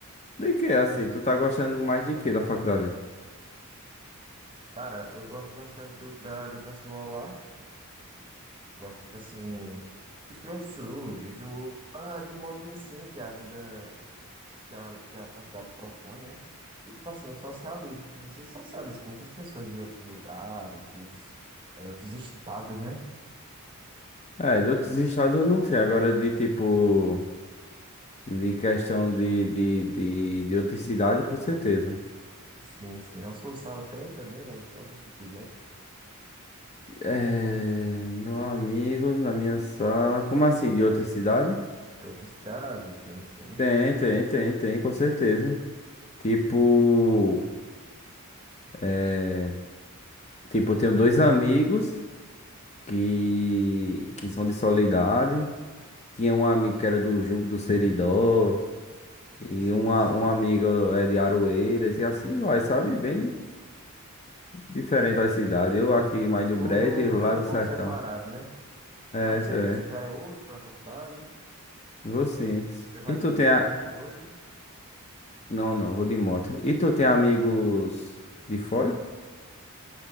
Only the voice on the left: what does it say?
De que, assim? Tu tá gostando mais de que da faculdade?
É, de outros estados eu não sei. Agora, de tipo, de questão de, de, de, de outra cidade, com certeza.
É, meu amigo, na minha sala. Como assim, de outra cidade?
Tem, tem, tem, tem, com certeza. Tipo, é, tipo, eu tenho dois amigos que, que são de Soledade. Tinha um amigo que era do Jugo do Seridó. E
um, a-
um amigo é de Aroeiras. E assim vai, sabe? Bem diferente da cidade. Eu aqui mais do
Brejo e eles
lá do
Sertão.
É,
isso
é.
Vou sim.
E
tu tem
a...
Não, não, vou de moto. E tu tem amigos de fora?